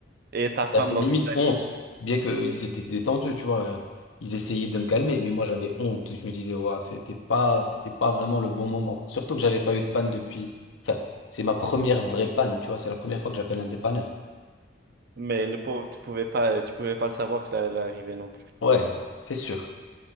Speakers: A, on the right (about 50°); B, on the left (about 75°).
A: Et ta femme
B: J'avais
A: dans
B: limite
A: tout.
B: honte, bien qu'ils étaient détendus, tu vois. Ils essayaient de me calmer, mais moi j'avais honte. Je me disais, ouais, c'était pas, c'était pas vraiment le bon moment. Surtout que j'avais pas eu de panne depuis. Enfin, c'est ma première vraie panne, tu vois. C'est la première fois que j'appelle un dépanneur.
A: Mais le pauvre, tu pouvais pas, tu pouvais pas le savoir que ça allait arriver non plus.
B: Ouais, c'est sûr.